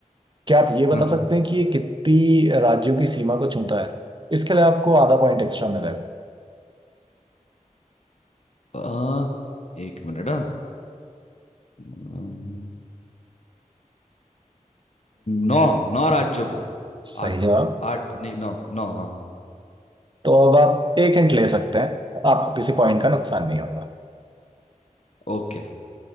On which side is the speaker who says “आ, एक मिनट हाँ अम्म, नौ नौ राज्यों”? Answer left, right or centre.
Left